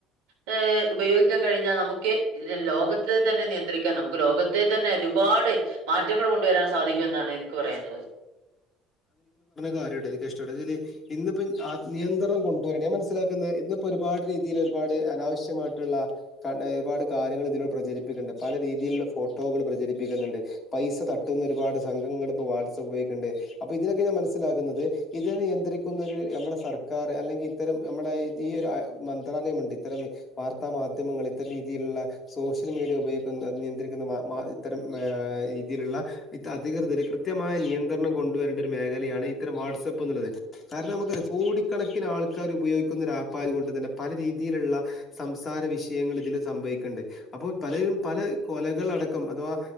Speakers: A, on the right; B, on the left.
A: ഹ ഉപയോഗിക്കാൻ കഴിഞ്ഞാൽ നമുക്ക് ലോകത്തെ തന്നെ നിയന്ത്രിക്കാൻ നമുക്ക് ലോകത്തെ തന്നെ രൂപ ഒരുപാട് മാറ്റങ്ങൾ കൊണ്ടുവരാൻ സാധിക്കും എന്നാണ് എനിക്ക് പറയാനുള്ളത്
B: കര്യം എനിക്ക് ഇഷ്ടപ്പെട്ടെ ഇന്നിപ്പം നിയന്ത്രണം കൊണ്ടുവരണേ ഞാൻ മനസിലാക്കുന്നത് ഇന്ന് ഇപ്പോ ഒരുപാട് രീതിയിൽ ഒരുപാട് അനാവശ്യമായിട്ടുള്ള ഒരുപാട് കാര്യങ്ങൾ ഇതിലൂടെ പ്രചരിപ്പിക്ക്ണ്ട് പല രീതിയിലുള്ള ഫോട്ടോകൾ പ്രചരിപ്പിക്കുന്നുണ്ട് പൈസ തട്ടുന്ന ഒരുപാട് സംഘങ്ങൾ ഇപ്പോ വാട്സ്ആപ്പ് വേ ണ്ട് അപ്പൊ ഇതിനൊക്കെ ഞാൻ മനസ്സിലാക്കുന്നത് ഇതിനെ നിയന്ത്രിക്കുന്ന ഒരു നമ്മുടെ സർക്കാർ അല്ലെങ്കിൽ ഇത്തരം നമ്മുടെ ഈ ഒരു മന്ത്രാലയമുണ്ട് ഇത്തരം വാർത്താ മാധ്യമങ്ങൾ ഇത്തരം രീതിയിലുള്ള സോഷ്യൽ മീഡിയ ഉപ നിയന്ത്രിക്കുന്ന ഇത്തരം രീതിയിലുള്ള അധികൃതർ കൃത്യമായ നിയന്ത്രണ വരേണ്ട ഒരു മേഖലയാണ് ഇത്തരം വാട്സ്ആപ്പ് എന്നുള്ളത് കാരണം നമുക്ക കോടിക്കണക്കിന് ആൾക്കാർ ഉപയോഗിക്കുന്ന ഒരു ആപ്പ് പ്പായൊത് കൊണ്ട് തന്നെ പല രീതിയിലുള്ള സംസാര വിഷയങ്ങൾ ഇതിൽ സംഭവിക്കണ്ട് അപ്പോ പലരും പല കൊലകളടക്കം അഥവാ